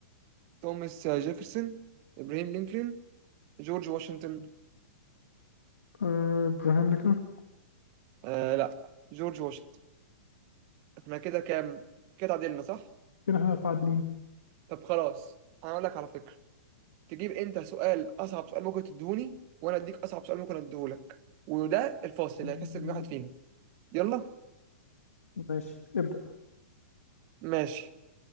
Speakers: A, on the right; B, on the left.
A: توماس آه، جيفرسون إبراهيم لينكولن جورج واشنطن
B: آه، ابراهيم لينكولن
A: آه لا جورج واشنطن احنا كده كام كده تعادلنا صح
B: كده احنا متعادلين
A: طب خلاص انا اقول لك على فكرة تجيب انت سؤال اصعب سؤال ممكن تديهوني وانا اديك اصعب سؤال ممكن اديهولك وده الفاصل
B: مم،
A: اللي هيكسب واحد فينا يلا
B: ماشي ابدأ
A: ماشي